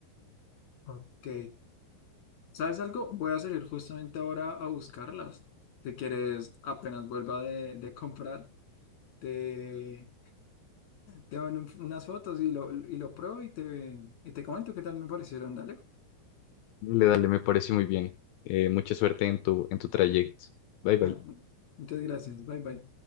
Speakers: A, on the left; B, on the left.
A: Ok. ¿Sabes algo? Voy a salir justamente ahora a buscarlas. Si quieres, apenas vuelva de, de comprar, te, te mando un- unas fotos y lo, y lo pruebo y te, y te comento qué tal me parecieron. Dale.
B: Dale, dale, me parece muy bien. Eh, mucha suerte en tu, en tu trayecto. Bye, bye.
A: <laughs> Muchas gracias. Bye bye.